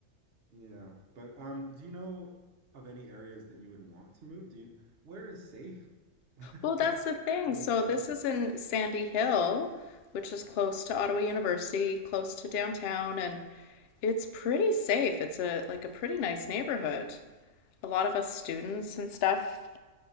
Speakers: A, on the right (about 50°); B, on the left (about 65°).
A: Yeah, but um, do you know of any areas that you would want to move? Do you, where is safe? <laughs>
B: Well, that's
A: That's
B: the thing.
A: what
B: So,
A: I want to know.
B: this is in Sandy Hill, which is close to Ottawa University, close to downtown, and it's pretty safe. It's a like a pretty nice neighborhood. a lot of us students and stuff.